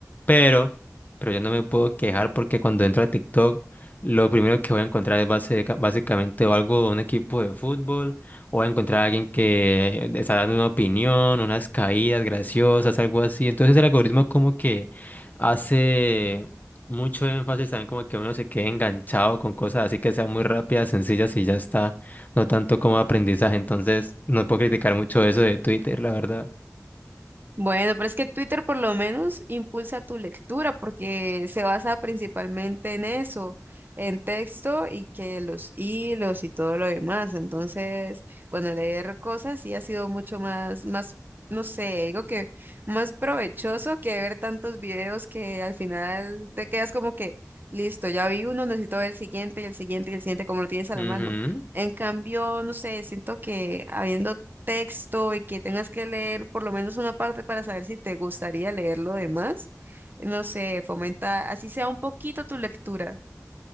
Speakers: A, on the left (about 30°); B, on the right (about 40°).
A: Pero, pero yo no me puedo quejar porque cuando entro a TikTok, lo primero que voy a encontrar es base- básicamente o algo de un equipo de fútbol, o voy a encontrar a alguien que está dando una opinión, unas caídas graciosas, algo así. Entonces el algoritmo como que hace mucho énfasis también como que uno se quede enganchado con cosas así que sean muy rápidas, sencillas y ya está, no tanto como aprendizaje. Entonces, no puedo criticar mucho eso de Twitter, la verdad.
B: Bueno, pero es que Twitter por lo menos impulsa tu lectura porque se basa principalmente en eso, en texto y que los hilos y todo lo demás. Entonces, bueno, leer cosas sí ha sido mucho más, más, no sé, digo que más provechoso que ver tantos videos que al final te quedas como que, listo, ya vi uno, necesito ver el siguiente y el siguiente y el siguiente, como lo tienes a
A: Ujú.
B: la mano. En cambio, no sé, siento que habiendo texto y que tengas que leer por lo menos una parte para saber si te gustaría leer lo demás, no sé, fomenta así sea un poquito tu lectura.